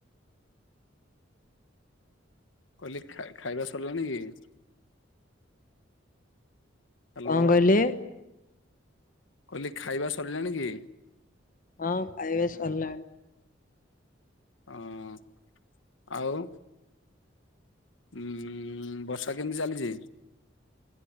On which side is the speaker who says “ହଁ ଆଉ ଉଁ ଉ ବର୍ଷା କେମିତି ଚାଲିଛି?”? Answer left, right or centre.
Left